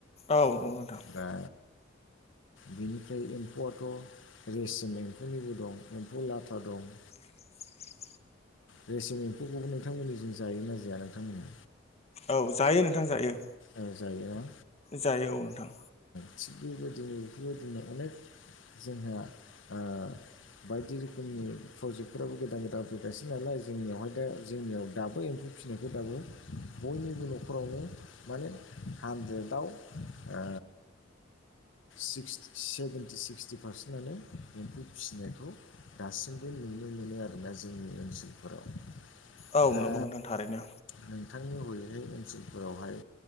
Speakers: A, on the left; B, on the left.
A: औ नंगौ नोंथां।
B: दा बेनिफ्राय एम्फौआथ' रेसिम एम्फौनिबो दं एम्फौ लाथा दं।
A: <inaudible>
B: रेसिम एम्फौखौबो नोंथांमोननि जों जायोना जाया नोंथांमोना?
A: औ जायो नोंथां जायो।
B: ओ जायो न
A: जायो औ नोंथां
B: थिग बेबायदिनो बेफोरबायदिनो अनेक जोंहा ओ बायदि रोखोमनि प्रजेक्टफोराबो गोदान गोदान फैगासिनो नालाय जोंनियावहाय दा जोंनियाव दाबो एम्फौ फिसिनायखौ दाबो बयनिबो न'खरावनो माने हानद्रेदाव ओ सिक्स सेभेेनटि सिक्सटि पारसेन्टआनो एम्फौ फिसिनायखौ दासिमबो नु नुनो मोनो आरोना जोंनि ओनसोलफोराव
A: औ
B: दा
A: नंगौ नोंथां थारैनो
B: नों थांनि हरैहाय ओनसोलफोरावहाय